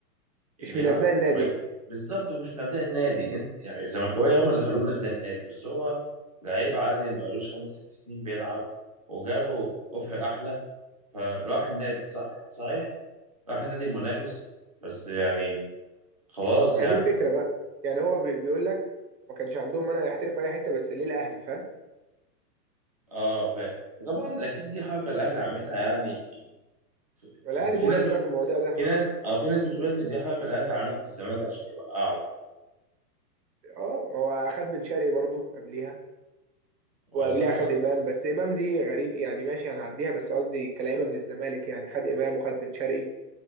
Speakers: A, on the right; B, on the right.
A: بيلعب
B: مش من ابناء
A: في الزمالك
B: النادي يعني
A: بالظبط هو مش من ابناء النادي انت يعني الزملكاويه هم اللي خلوه من ابناء النادي بس هو لعيب عادي ما بقالوش خمس ست سنين بيلعب وجاله اوفر احلى فراح النادي صح- صحيح راح النادي المنافس بس يعني خلاص
B: ما
A: يعني
B: هي دي الفكره بقى يعني هو بي- بيقول لك ما كانش عندهم مانع يحترف اي حته بس ليه الاهلي فاهم
A: اه فاهم وطبعا اكيد دي حركه الاهلي عاملها يعني في, في,
B: الاهلي
A: في
B: مقرف
A: ناس
B: بقى
A: ب...
B: في المواضيع ده
A: في ناس اه في ناس بتقول ان دي حركه الاهلي عاملها في الزمالك عشان يوقعه يعني
B: اه ما هو اخد بن شرقي برضه قبليها
A: وصراحه
B: وقبليها
A: صح...
B: خد امام بس امام دي غريب يعني ماشي هنعديها بس قصدي كلاعيبه من الزمالك يعني خد امام وخد بن شرقي